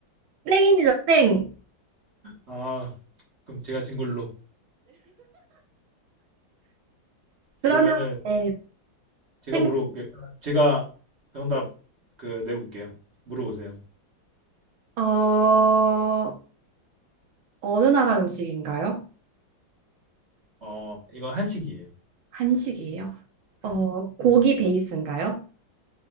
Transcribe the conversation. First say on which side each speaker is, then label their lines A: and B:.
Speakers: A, on the right (about 85°); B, on the right (about 40°).
A: 땡입니다. 땡.
B: 아, 그럼 제가 진 걸로.
A: 그러면
B: 그러면은
A: 이제
B: 제가
A: 생각
B: 물어볼게요. 제가 정답 그 내볼게요. 물어보세요.
A: 어 어느 나라 음식인가요?
B: 어, 이거 한식이에요.
A: 한식이에요. 어
B: 네.
A: 고기 베이스인가요?